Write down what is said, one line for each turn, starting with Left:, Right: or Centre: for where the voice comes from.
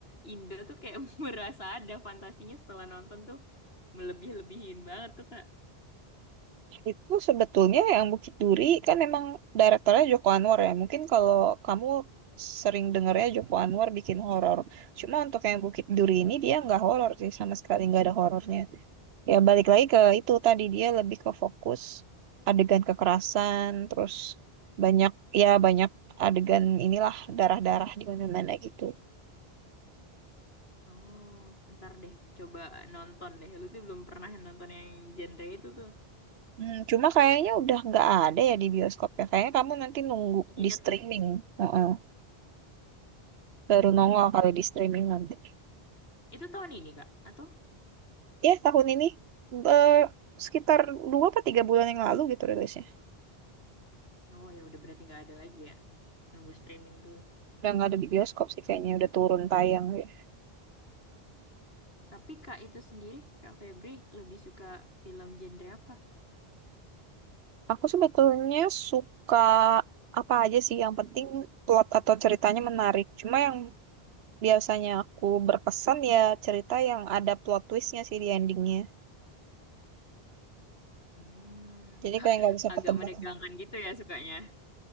Left: Indo tuh kayak <laughs> berasa ada fantasinya setelah nonton tuh melebih-lebihin banget tuh Kak.
Right: Itu sebetulnya yang Bukit Duri kan emang direktornya Joko Anwar ya. Mungkin kalau kamu sering dengarnya Joko Anwar bikin horor. Cuma untuk yang Bukit Duri ini dia nggak horor sih sama sekali nggak ada horornya. Ya balik lagi ke itu tadi dia lebih ke fokus adegan kekerasan, terus banyak ya banyak adegan inilah darah-darah di mana-mana gitu.
Left: Oh, ntar deh coba nonton deh. Lu tuh belum pernah nonton yang genre itu tuh.
Right: Hmm, cuma kayaknya udah nggak ada ya di bioskop ya. Kayaknya kamu nanti nunggu
Left: Di Netflix?
Right: di streaming. Heeh. Baru nongol
Left: Hmm.
Right: kali di streaming nanti.
Left: Itu tahun ini Kak? Atau?
Right: ya tahun ini eh, sekitar dua apa tiga bulan yang lalu gitu rilisnya.
Left: Oh ya udah berarti nggak ada lagi ya. Nunggu streaming tuh.
Right: Udah nggak ada di bioskop sih kayaknya, udah turun tayang. ya
Left: Tapi Kak itu sendiri, Kak Febri lebih suka film genre apa?
Right: Aku sebetulnya suka apa aja sih, yang penting plot atau ceritanya menarik. Cuma yang biasanya aku berpesan ya cerita yang ada plot twistnya sih di endingnya.
Left: Hmm,
Right: Jadi
Left: <laughs>
Right: kayak nggak bisa
Left: agak
Right: ketebak.
Left: menegangkan gitu ya sukanya.